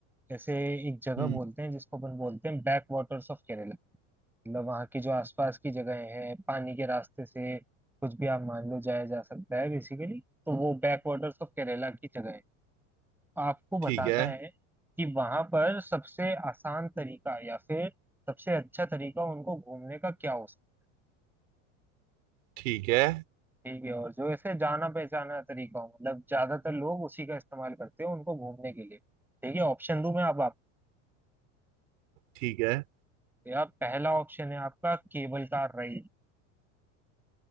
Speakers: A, in the centre; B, on the right.
A: जैसे एक जगह
B: हम्म
A: बोलते हैं जिसको अपन बोलते हैं बैक वाटर्स ऑफ केरला मतलब वहाँ की जो आसपास की जगहें हैं पानी के रास्ते से कुछ भी आप मान लो जाया जा सकता है बेसिकली तो वो बैक वाटर्स ऑफ केरला की जगह है आपको बताना
B: ठीक है
A: है कि वहां पर सबसे आसान तरीका या फिर सबसे अच्छा तरीका उनको घूमने का क्या हो सकता है
B: ठीक है
A: ठीक है और जो ऐसे जाना पहचाना तरीका हो मतलब ज्यादातर लोग उसी का इस्तेमाल करते हैं उनको घूमने के लिए ठीक है ऑप्शन दूं मैं अब आपको
B: ठीक है
A: या पहला ऑप्शन है आपका केबल कार राइड